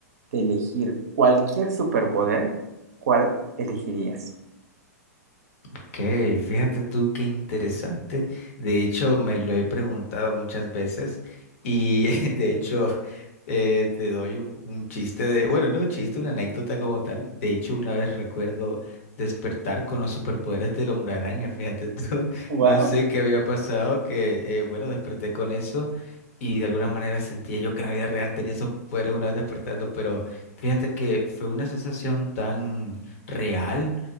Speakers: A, on the right (about 65°); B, on the left (about 55°).
A: de elegir cualquier superpoder, ¿cuál elegirías?
B: Ok, fíjate tú qué interesante. De hecho, me lo he preguntado muchas veces y <laughs> de hecho eh, te doy un, un chiste de, bueno, no un chiste, una anécdota como tal. De hecho, una vez recuerdo despertar con los superpoderes del hombre araña, fíjate tú. <laughs>
A: Wow,
B: No sé qué había pasado, que eh, bueno, desperté con eso y de alguna manera sentía yo que en la vida real tenía esos poderes una vez despertando, pero fíjate que fue una sensación tan real